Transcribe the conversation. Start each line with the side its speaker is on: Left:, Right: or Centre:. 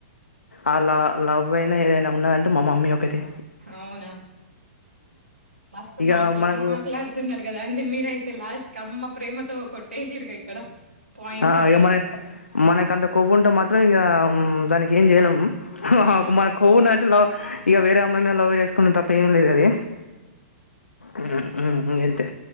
Left: ఆ లవ్ అయినా ఏదైనా ఉన్నదంటే మా మమ్మీ ఒకటి
Right: అవునా మస్తు
Left: ఇక
Right: మాటల్
Left: మనకు
Right: మాట్లాడుతున్నారు కదా అంటే మీరయితే లాస్ట్ క అమ్మ ప్రేమతో కొట్టేసిర్గా ఇక్కడ పాయింట్స్
Left: ఆ
Right: అన్ని
Left: ఇక మన మనకంత కొవ్వు ఉంటే మాత్రం ఇక దానికి ఏం జెయలేం హక్
Right: అవునులే
Left: మనకు కొవ్వూనదంటే లవ్ ఇక వేరే అమ్మాయి మీద లవ్ చేసుకునే తప్ప ఏం లేదు అది హ్మ్ హ్మ్ ఇంతే